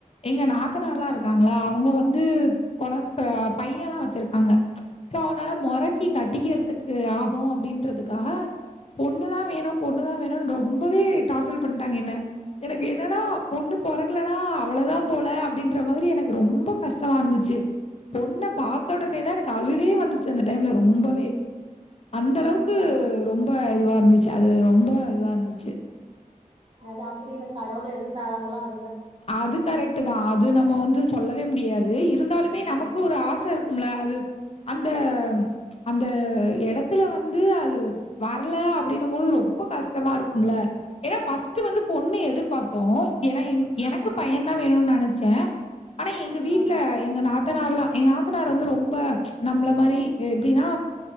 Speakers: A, on the left; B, on the right.
A: எங்க நாத்தனார்லா இருக்காங்லா அவங்க வந்து கொழ இப்ப பையன்லா வச்சிருக்காங்க சோ அவனால மொறைக்
B: ஆ
A: இ கட்டிக்கிறதுக்கு ஆகு அப்டின்றதுக்காக பொண்ணுதா வேணு பொண்ணுதா வேணுன்னு ரொம்பவே டார்ச்சர் பண்ட்டாங்க என்ன. எனக்கு என்னனா பொண்ணு பொறக்கலனா அவ்ளதா போல அப்டின்ற மாரி எனக்கு ரொம்ப கஷ்டமா இருந்துச்சு பொண்ண பாத்த உடனேதா எனக்கு அழுகையே வந்துச்சு அந்த டைம்ல ரொம்பவே அந்த அளவுக்கு
B: ஆ
A: ரொம்ப இதுவா இருந்துச்சு அது ரொம்ப இதுவா இருந்துச்சு
B: அது அப்படி இல்ல கடவுள் எது தாராங்களோ அத்
A: அது கரெக்ட்டுதா அது நம்ம வந்து சொல்லவே முடியாது வெய் இருந்தாலுமே
B: ஆமா
A: நமக்கு ஒரு ஆச இருக்கும்ல அது அந்த அந்த எடத்துல வந்து அது வரல அப்டின்னும்போது ரொம்ப கஷ்டமா இருக்கும்ல ஏன்னா ஃபர்ஸ்ட்டு வந்து பொண்ணு எதிர்பாத்தோ ஏன்னா எங் எனக்கு
B: ஆமா
A: பைய தான் வேணுனு நனச்சேன் ஆனா எங்க
B: ஆ
A: வீட்ல
B: ஆ
A: எங்க நாத்தனார்ல்லா எங்க நாத்தனார் வந்து ரொம்ப நம்ள மாரி எப்டின்னா